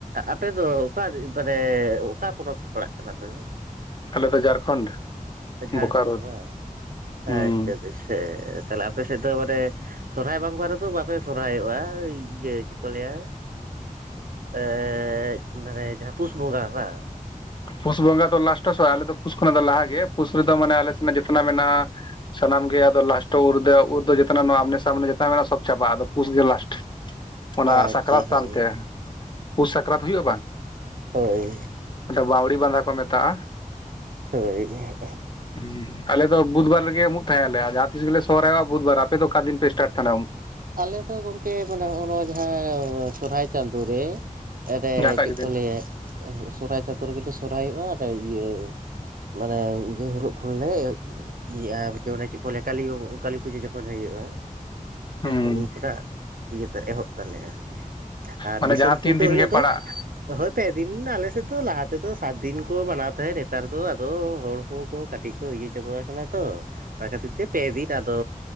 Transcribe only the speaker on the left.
ᱟᱞᱮ ᱫᱚ ᱡᱷᱟᱲᱠᱷᱚᱸᱰ
ᱵᱳᱠᱟᱨᱳ
ᱦᱩᱸ
ᱯᱩᱥ ᱵᱚᱸᱜᱟ ᱫᱚ ᱞᱟᱥᱴᱚ ᱥᱮᱫ ᱟᱞᱮ ᱫᱚ ᱯᱩᱥ ᱠᱷᱚᱱᱟᱜ ᱫᱚ ᱞᱟᱦᱟ ᱜᱮ ᱯᱩᱥ ᱨᱮᱫᱚ ᱢᱟᱱᱮ ᱟᱞᱮ ᱥᱮᱱᱟᱜ ᱡᱚᱛᱚᱱᱟᱜ ᱢᱮᱱᱟᱜᱼᱟ ᱥᱟᱱᱟᱢ ᱜᱮ ᱟᱫᱚ ᱞᱟᱥᱴᱚ ᱩᱨᱫᱚ ᱩᱨᱫᱚ ᱡᱚᱛᱚᱱᱟᱜ ᱱᱚᱣᱟ ᱟᱢᱱᱮ ᱥᱟᱢᱱᱮ ᱡᱚᱛᱚ ᱢᱮᱱᱟᱜᱼᱟ ᱥᱚᱵ ᱪᱟᱵᱟᱜᱼᱟ ᱟᱫᱚ ᱯᱩᱥ ᱜᱮ ᱞᱟᱥᱴ ᱚᱱᱟ
ᱥᱟᱠᱨᱟᱛ
ᱥᱟᱣᱛᱮ ᱯᱩᱥ ᱥᱟᱠᱨᱟᱛ ᱦᱩᱭᱩᱜᱼᱟ ᱵᱟᱝ
<unintelligible> ᱵᱟᱹᱣᱲᱤ ᱵᱟᱸᱫᱷᱟ ᱠᱚ ᱢᱮᱛᱟᱜᱼᱟ
<unintelligible> ᱟᱞᱮ ᱫᱚ ᱵᱩᱫᱽᱵᱟᱨ ᱨᱮᱜᱮ ᱩᱢᱩᱜ ᱛᱟᱦᱮᱸ ᱟᱞᱮ ᱡᱟᱦᱟᱸ ᱛᱤᱥ ᱜᱮᱞᱮ ᱥᱚᱨᱦᱟᱭᱚᱜᱼᱟ ᱵᱩᱫᱽᱵᱟᱨ ᱟᱯᱮ ᱫᱚ ᱚᱠᱟ ᱫᱤᱱ ᱯᱮ ᱥᱴᱟᱴ ᱛᱟᱦᱮᱱᱟ ᱩᱢᱩᱜ
ᱡᱟᱦᱟᱸᱴᱟᱜ
ᱜᱮ
ᱫᱤᱱ
ᱦᱩᱸ
ᱢᱟᱱᱮ
ᱡᱟᱦᱟᱸ ᱛᱤᱱ
ᱫᱤᱱ
ᱜᱮ ᱯᱟᱲᱟᱜ